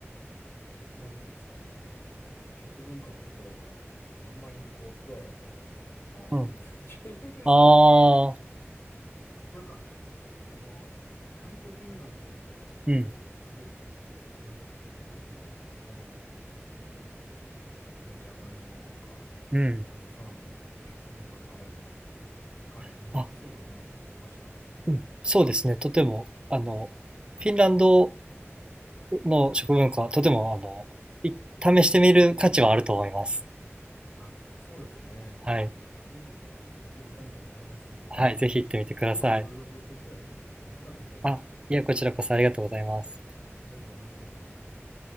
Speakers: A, on the left; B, on the right.
A: んなんていうんですかね、あの、し食文化のところがあんまりこう、プアだと、あーってなっちゃうんですけども、
B: んうんああ
A: なんか、あの、い意外とフィンランドの方もすごく、
B: うん
A: なん、なんていうんだろう、あのーね、じゃがいもとか、
B: うん
A: あの、サーモンとかの食文化があるっていうことで、はい、面白そうだなって思いました。
B: あうんそうですねとてもあのフィンランドの食文化とてもあのい試してみる価値はあると思います
A: あ、そうですね。
B: はい
A: はい。ちょっとぜひ、あの、行ってみたいと思います。
B: はいぜひ行ってみてください
A: 今日はいろいろ情報シェアしていただいてありがとうございました。
B: あいやこちらこそありがとうございます
A: ありがとうございました。